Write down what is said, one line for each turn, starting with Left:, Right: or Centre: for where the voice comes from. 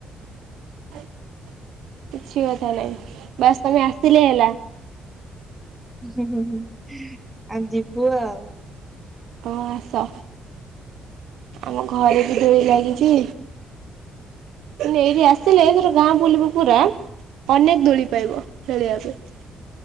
Right: କିଛି କଥା ନାହିଁ ବାସ୍ ତମେ ଆସିଲେ ହେଲା।
Centre: ହଁଁ ହୁଁ ଆଉ ଯିବୁ ଆଉ।
Right: ହଁ ଆସ। ଆମ ଘରେ ବି ଦୋଳି ଲାଗିଛି। ଏଇଠି ଆସିଲେ ଏଥର ଗାଁ ବୁଲିବୁ ପୁରା। ଅନେକ ଦୋଳି ପାଇବ ଖେଳିବା ପାଇଁ।